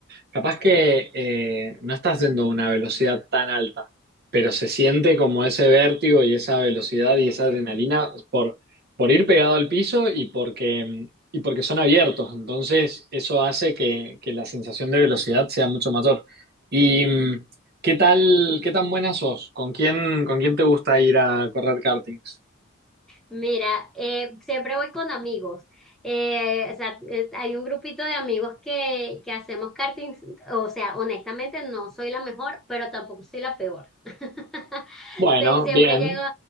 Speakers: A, on the right; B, in the centre.
A: capaz que eh, no estás yendo a una velocidad tan alta, pero se siente como ese vértigo y esa velocidad
B: <laughs>
A: y esa adrenalina por, por ir pegado al piso y porque, em, y porque son abiertos. Entonces, eso hace que, que la sensación de velocidad sea mucho mayor. ¿Y mm, qué tal, qué tan buena sos? ¿Con quién, con quién te gusta ir a correr kartings?
B: Mira, eh, siempre voy con amigos. Eh, o sea, eh, hay un grupito de amigos que, que hacemos karting. O sea, honestamente no soy la mejor, pero tampoco soy la peor. <laughs>
A: Bueno,
B: Sie- Siempre
A: bien.
B: llego,